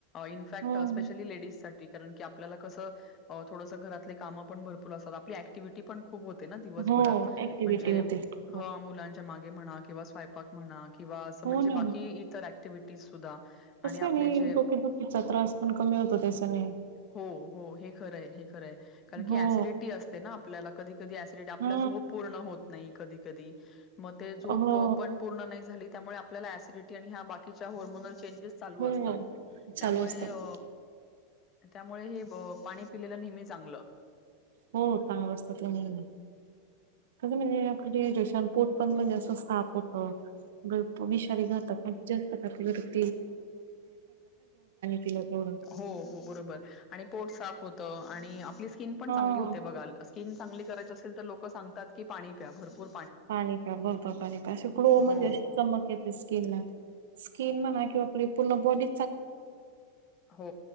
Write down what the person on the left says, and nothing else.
इनफॅक्ट
स्पेशली लेडीजसाठी. कारण की आपल्याला कसं, बवा थोडसं घरातले कामं पण भरपूर असतात आपली एक्टिव्हिटी पण खूप होते ना दिवसभरात,
म्हणजे
ह मुलांच्या माग म्हणा किवा स्वयंपाक म्हणा किंवा असं
म्हणजे
बाकी इतर एक् क्टिव्हिटीज सुद्धा आणि
आपले
जे,
हो हो हे खरं हय, हे खरं हय कारण की,
ऍसिडिटी असते ना आपल्याला कधी कधी ऍसिडिटी, आपला
झोप पूर्ण होत नाही कधी कधी मग ते झोप
पो पण, पूर्ण नाही झाली त्यामुळे आपल्याला ऍसिडिटी आणि ह्या बाकीच्या हॉर्मोनल चेंजेस चालू
असतात.
त्यामुळे
अ
त्यामुळे हे ब पाणी पिलेलं नेहमी चांगलं.
हो. हो बरोबर आणि पोट साफ होत आणि आपली स्किन पण
चांगली होती बघाल आसली स्किन चांगली करायची असेल तर, लोक सांगतात की, पाणी प्या भरपुर
हो,
हो.
हो